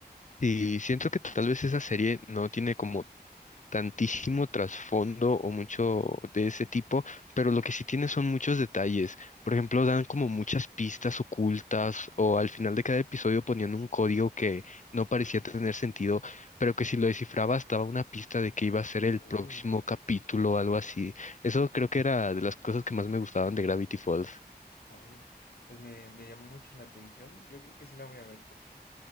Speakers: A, on the left; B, on the left.
A: Y siento que tal vez esa serie no tiene como tantísimo trasfondo o mucho de ese tipo, pero lo que sí tiene son muchos detalles. Por ejemplo, dan como muchas pistas ocultas o al final de cada episodio ponían un código que no parecía tener sentido, pero que si lo descifrabas daba una pista de que iba a ser el
B: Oh,
A: próximo capítulo o algo así. Eso creo que era de las cosas que más me gustaban de Gravity Falls.
B: oh, pues me, me llamó mucho la atención. Yo creo que sí la voy a ver porque